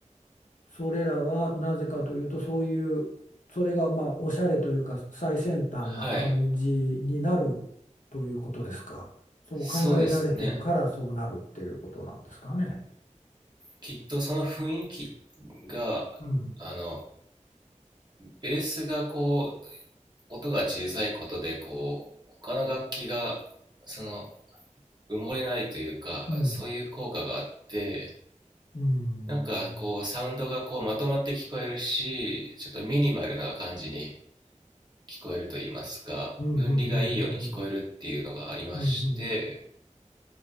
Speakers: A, on the left; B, on the right.
A: それらはなぜかというと、そういう、それが、まあ、おしゃれというか、最先端な感じになるということですか。
B: はい。
A: そう考えられているから、
B: そうですね。
A: そうなるっていうことなんですかね。
B: きっとその雰囲気が、
A: うん。
B: あの、ベースがこう、音が小さいことで、こう、他の楽器が、その、埋もれないというか、
A: うん。
B: そういう効果があって、
A: うん。
B: なんかこうサウンドがこうまとまって聞こえるし、ちょっとミニマルな感じに聞こえると言いますか、
A: うん。
B: 分離がいいように聞こえるっていうのがありまして、
A: うん。うん。うん。うん。うん